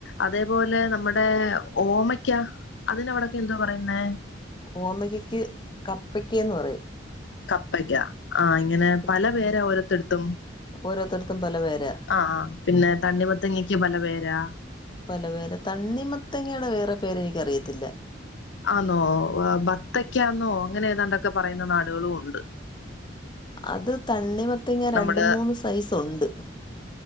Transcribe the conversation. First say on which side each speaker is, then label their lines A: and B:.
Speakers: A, on the left; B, on the left.
A: അതപോലെ നമ്മുടെ ഓമ ക്കാ അതിനവിടൊക്കെ എന്തോ പറയുന്നേ
B: ഓമകയ്ക്കക്ക്‌ കപ്പയ്ക്കന്ന് പറയും
A: കപ്പക്ക ആഹ് ഇങ്ങനെ
B: കപ്പക്കേന്ന്
A: പല പേര ഓരത്തെടുത്തും
B: ഓരോരുത്തടത്തും പല പേരാ
A: ആഹ് പിന്നെ തണ്ണിമത്തങ്ങൊക്കെ പല പേരാ
B: പല പേര് തണ്ണിമത്തങ്ങയുടെ വേറെ പേരെനിക്കറിയത്തില്ല
A: ആന്നോ ബത്തക്കാന്നോ അങ്ങനെ ഏതാണ്ടൊക്കെ പറയുന്ന നാടുകളും ഉണ്ട്
B: അത് തണ്ണി മത്തങ
A: നമ്മുടെ
B: രണ്ട് മൂന്ന് സൈസ് ഒണ്ട്